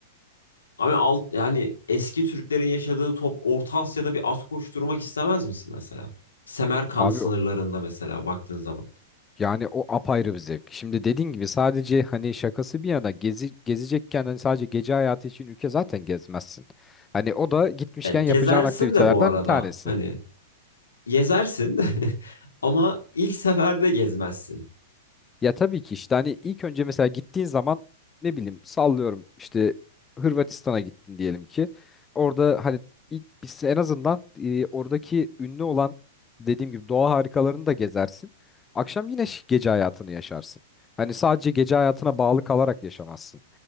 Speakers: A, on the left; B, on the left.
A: Ama alt, yani eski Türklerin yaşadığı top Orta Asya'da bir az koşturmak istemez misin mesela? Semerkant
B: Abi
A: sınırlarında mesela baktığın zaman.
B: Yani o apayrı bir zevk. Şimdi dediğin gibi sadece hani şakası bir yana gezi, gezecekken hani sadece gece hayatı için ülke zaten gezmezsin. Hani o da gitmişken
A: Ya gezersin
B: yapacağın aktivitelerden
A: de bu arada
B: bir tanesi.
A: hani gezersin <laughs> ama ilk seferde gezmezsin.
B: Ya tabii ki işte hani ilk önce mesela gittiğin zaman ne bileyim sallıyorum işte Hırvatistan'a gittin diyelim ki. Orada hani ilk biz en azından e, oradaki ünlü olan dediğim gibi doğa harikalarını da gezersin. Akşam yine ş- gece hayatını yaşarsın. Hani sadece gece hayatına bağlı kalarak yaşamazsın.